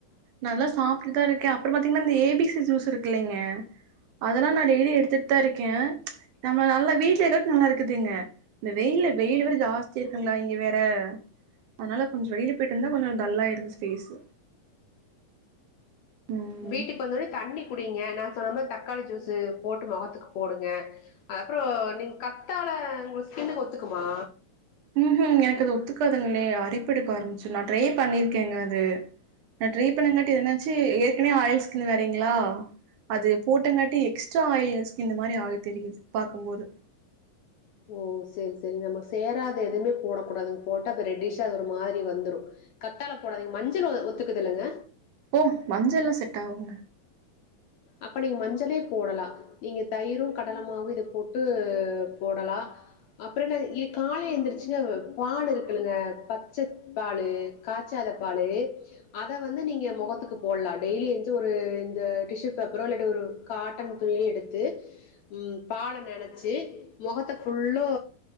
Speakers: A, on the right; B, on the left.
A: நல்லா சாப்பிட்டுதா இருக்க அப்றோ பாத்தீங்கன்னா இந்த ஏ பி சி ஜூஸ்ஸு இருக்குல்லைங்க அதெல்லா நா டெய்லி எடுத்துட்டு தா இருக்கே நம்ம நல்லா வீட்ல ஏதாவ்து நல்லா இருக்குதுங்க இந்த வெய்யில வெய்யிலு வேற ஜாஸ்தியா இருக்குங்களா இங்க வேற அதனால கொஞ்சோ வெளில போய்ட்டு வந்த கொஞ்சோ டல்லாயிருது ஃபேஸு ம்
B: வீட்டுக்கு வந்தோனே தண்ணி குடிங்க நா சொன்ன மாரி தக்காளி ஜூஸு போட்டு மொகத்துக்கு போடுங்க அ அப்றோ நீங்க கத்தால உங்க ஸ்க்கின்னுக்கு ஒத்துக்குமா
A: ம் ம் எனக்கு அது ஒத்துக்காதுங்களே அரிப்பெடுக்க ஆரம்பிச்சுரு நா ட்ரே பண்ணிருக்கேங்க அது நா ட்ரே பண்ணங்காட்டி அது என்னாச்சு ஏற்கனவே ஆயில் ஸ்கின்னு வேரைங்களா அது போட்டங்காட்டி எக்ஸ்ட்ரா ஆயில் ஸ்கின்னு மாரி ஆக தெரியுது பாக்கு போது
B: ஓ சேரி சேரி நமக்கு சேராது எதுமே போடக்கூடாதுங்க போட்ட அப்ப ரெட்டிஷ்ஷா அது ஒரு மாரி வந்துரு கத்தால போடாதீங்க மஞ்சள் ஒ ஒத்துக்குதுல்லங்க
A: ஓ மஞ்செல்லா செட் ஆகுங்க
B: அப்ப நீங்க மஞ்சளே போடலா நீங்க தயிரு கடலமாவு இத போட்டு போடலா அப்றோன்ன இ காலைல எந்திரிச்சுங்க பால் இருக்குலங்க பச்ச பாலு காச்சாத பாலு அத வந்து நீங்க மொகத்துக்கு போடலா டெய்லி எந்ச்சு ஒரு இந்த டிஸ்சு பேப்பரோ இல்லாட்டு ஒரு காட்டன் துனியோ எடுத்து ம் பால நெனச்சி மொகத்த ஃபுல்லு